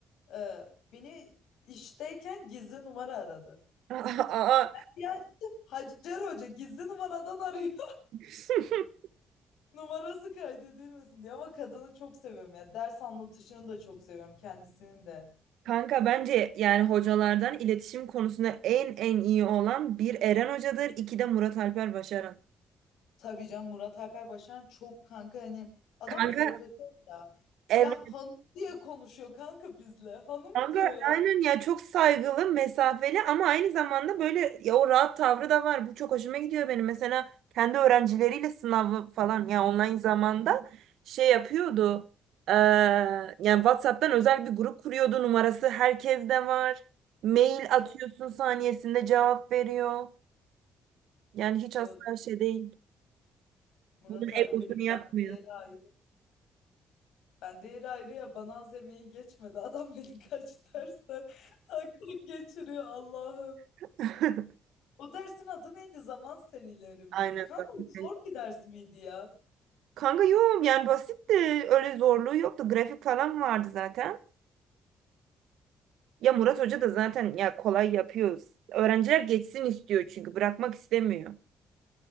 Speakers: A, on the left; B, on the right.
A: Ee, beni işteyken gizli numara aradı.
B: Aa, aa.
A: Ya Hacer Hoca gizli numaradan arıyor.
B: <laughs>
A: Numarası kaydedilmesin diye ama kadını çok seviyorum ya. Ders anlatışını da çok seviyorum kendisini de.
B: Kanka bence yani hocalardan iletişim konusunda en en iyi olan bir Eren Hoca'dır, iki de Murat Alper Başaran.
A: Tabii canım Murat Alper Başaran çok kanka hani adam
B: Kanka
A: profesör ya.
B: ev
A: Ya hanım diye konuşuyor kanka bizle. Hanım
B: Kanka
A: diyor ya.
B: aynen ya çok saygılı, mesafeli ama aynı zamanda böyle ya o rahat tavrı da var. Bu çok hoşuma gidiyor benim. Mesela kendi öğrencileriyle sınavı falan ya online zamanda şey yapıyordu. Eee, yani WhatsApp'tan özel bir grup kuruyordu. Numarası herkeste var. Mail
A: Tabii
B: atıyorsun saniyesinde cevap veriyor. Yani hiç
A: yok
B: asla şey değil.
A: Murat
B: Bunun
A: Alper'in
B: egosunu yapmıyor.
A: bende yeri ayrı. Bende yeri ayrı ya bana az emeği geçmedi. Adam beni <laughs> kaç dersten <laughs> tak tak geçiriyor Allah'ım.
B: <laughs>
A: O dersin adı neydi? Zaman serileri miydi?
B: Aynen
A: Kanka
B: zaten.
A: zor bir ders miydi ya?
B: Kanka yok yani basitti. Öyle zorluğu yoktu. Grafik falan vardı zaten. Ya Murat Hoca da zaten ya kolay yapıyoruz. Öğrenciler geçsin istiyor çünkü bırakmak istemiyor.